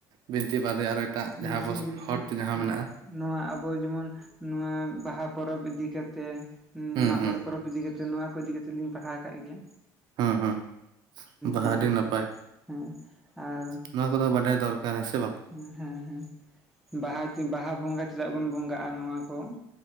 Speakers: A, on the right (about 55°); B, in the centre.
A: ᱵᱤᱱᱛᱤ ᱵᱟᱫᱮ ᱟᱨ ᱮᱴᱟᱜ
B: ᱡᱚᱢᱥᱤᱢ
A: ᱡᱟᱦᱟᱸ ᱟᱵᱚ
B: ᱵᱤᱱᱛᱤ
A: ᱦᱚᱲᱛᱮ ᱡᱟᱦᱟᱸ ᱢᱮᱱᱟᱜᱼᱟ ᱾
B: ᱱᱚᱣᱟ ᱟᱵᱚ ᱡᱮᱢᱚᱱ ᱱᱚᱣᱟ ᱵᱟᱦᱟ ᱯᱚᱨᱚᱵᱽ ᱤᱫᱤ ᱠᱟᱛᱮ
A: ᱦᱩᱸ
B: ᱢᱟᱜᱽ
A: ᱦᱩᱸ
B: ᱢᱚᱬᱮ ᱯᱚᱨᱚᱵᱽ ᱤᱫᱤ ᱠᱟᱛᱮ ᱱᱚᱣᱟ ᱠᱚ ᱤᱫᱤ ᱠᱟᱛᱮᱫ ᱞᱤᱧ ᱯᱟᱲᱦᱟᱣ ᱟᱠᱟᱫ ᱜᱮᱭᱟ᱾
A: ᱦᱮᱸ ᱦᱮᱸ ᱾ ᱵᱟ
B: ᱛᱚ
A: ᱟᱹᱰᱤ ᱱᱟᱯᱟᱭ
B: ᱦᱮᱸ ᱟᱨ
A: ᱱᱚᱣᱟ ᱠᱚᱫᱚ ᱵᱟᱰᱟᱭ ᱫᱚᱨᱠᱟᱨ ᱦᱮᱸ ᱥᱮ ᱵᱟᱝ ᱾
B: ᱦᱮᱸ ᱦᱮᱸ᱾ ᱵᱟᱦᱟ, ᱵᱟᱦᱟ ᱵᱚᱸᱜᱟ ᱪᱮᱫᱟᱜ ᱵᱚᱱ ᱵᱚᱸᱜᱟᱼᱟ ᱱᱚᱣᱟ ᱠᱚ ᱾